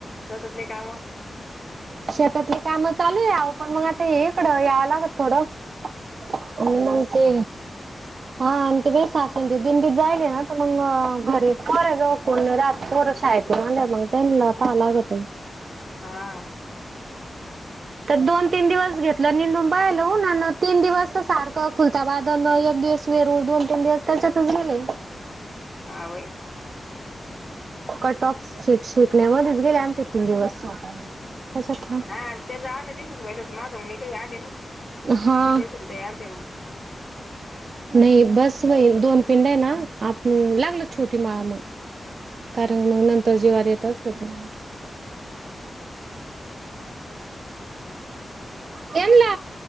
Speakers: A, on the left; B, on the right.
A: शेतातली काम.
B: शेतातली काम चालू यावं पण मग आता इकडं यावं लागत थोडं. हो म्हणते.
A: ह <inaudible>
B: हा आणि ते काय सासूनते दिंडीत जायले ना तर मग अ घरी पर जाऊ कोण रात पोर शायेत आल्या मग त्यांना पाहा लागत.
A: हा,
B: तर दोन तीन दिवस घेतलं निंदून बाहेलून आन तीन दिवस त सारखं. खुलता बादल एक दिवस मेरूळ दोन तीन दिवस त्याच्यातच गेले.
A: आ वई.
B: क टॉप शीट शिकण्या मध्येच गेले आमचे तीन दिवस. याच्यात घ्या.
A: हा त्याच्या आलं जसेस वहिला होत माझं मी काही आले ना
B: हा
A: जसर याल तेव्हा.
B: नाही बस वई दोन पिंड आहे ना आप लागलो छोटी माळा मग. कारण मग नंतर जीवार येतच हो.
A: हम्.
B: एला